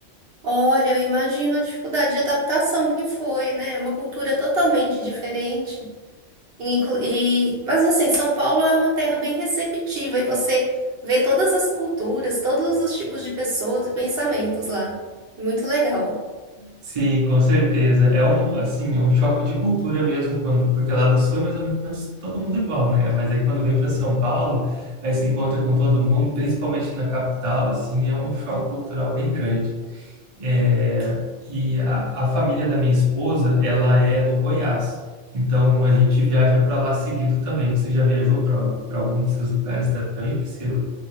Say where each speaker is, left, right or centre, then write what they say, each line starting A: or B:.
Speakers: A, on the right; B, on the right.
A: Olha, eu imagino a dificuldade de adaptação que foi, né? Uma cultura totalmente diferente. E, inclu- e- mas assim, São Paulo é uma terra bem receptiva e você vê todas as culturas, todos os tipos de pessoas e pensamentos lá. É muito legal.
B: Sim, com certeza. É um, assim, é um choque de cultura mesmo quando, porque lá no sul é mais ou menos todo mundo igual, né? Mas aí quando vem para São Paulo, aí se encontra com todo mundo, principalmente na capital, assim, é um choque cultural bem grande. É, e a, a família da minha esposa, ela é do Goiás. Então a gente viaja para lá seguido também. Você já viajou para para algum desses lugares também, Priscila?